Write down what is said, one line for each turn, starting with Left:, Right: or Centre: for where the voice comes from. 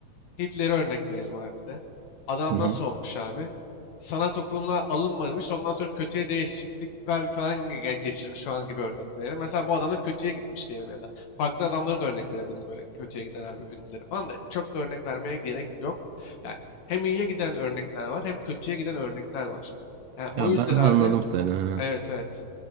Left: Hitler'e örnek verelim abi de. Adam
Right: hı hı.
Left: nasıl olmuş abi? Sanat okuluna alınmamış, ondan sonra kötüye değişiklikler falan ge- geçirmiş falan gibi örnek verelim. Mesela bu adam da kötüye gitmiş diyelim ya da. Farklı adamları da örnek verebiliriz böyle kötüye giden abi ünlüleri falan da. Çok da örnek vermeye gerek yok. Yani hem iyiye giden örnekler var hem kötüye giden örnekler var. Yani o
Right: Ya
Left: yüzden
Right: ben anladım
Left: abi
Right: seni.
Left: evet evet